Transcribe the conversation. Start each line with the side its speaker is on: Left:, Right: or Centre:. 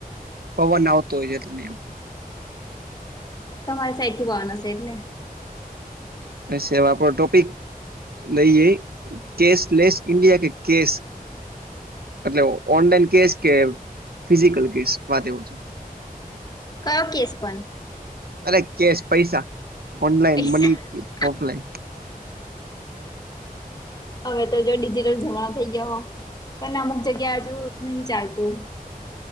Right: પવન આવતો હોય છે, એટલે નહી આવતો.
Left: તમારે સાઈડ થી પવન હશે એટલે.
Right: એ આપડો ટોપિક? નહીં, એ કેશલેસ ઇન્ડિયા કે કેશ? એટલે ઓનલાઈન કેસ કે, ફિઝિકલ કેસ, વાત એવું છે.
Left: કયો કેસ પણ?
Right: અરે કેશ પૈસા ઓનલાઈન
Left: પૈસા
Right: મની કે ઓફલાઈન.
Left: હવે તો જો ડિજિટલ જમાણા થઈ ગયા હો. પણ અમુક જગ્યા હજુ નહી ચાલતું.